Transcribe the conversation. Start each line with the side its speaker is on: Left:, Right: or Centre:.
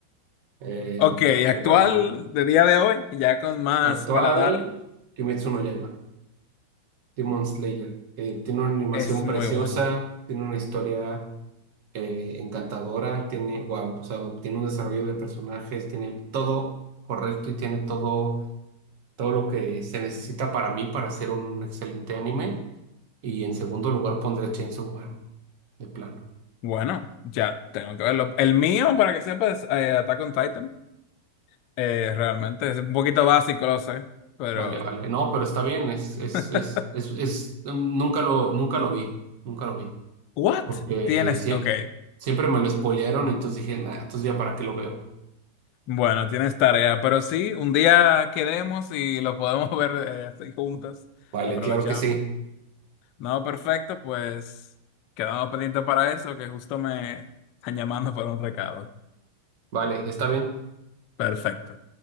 Right: eh,
Left: Ok,
Right: porque
Left: actual
Right: bueno,
Left: de día de hoy, ya con más
Right: actual
Left: paladar,
Right: Kimetsu no Yaiba, Demon Slayer. eh, tiene una animación
Left: es muy
Right: preciosa,
Left: bueno.
Right: tiene una historia eh, encantadora, tiene, wow, o sea, tiene un desarrollo de personajes, tiene todo correcto y tiene todo, todo lo que se necesita para mí para hacer un excelente anime. Y en segundo lugar pondré Chainsaw Man, de plano.
Left: Bueno, ya tengo que verlo. El mío, para que sepas, eh, Attack on Titan. Eh, realmente es un poquito básico, lo sé, pero...
Right: Vale, vale. No, pero está bien, es, es,
Left: <laughs>
Right: es, es, es- mm, nunca lo, nunca lo vi, nunca lo vi.
Left: ¿What?
Right: Porque
Left: Tienes,
Right: sie-
Left: ok,
Right: siempre me lo spoilearon, entonces dije, nah, entonces ya para qué lo veo.
Left: bueno, tienes tarea, pero sí, un día quedemos y lo podemos <laughs> ver eh, así juntas,
Right: Vale,
Left: aprovechamos.
Right: claro que sí.
Left: No, perfecto, pues quedamos pendientes para eso, que justo me están llamando para un recado.
Right: Vale, está bien.
Left: Perfecto.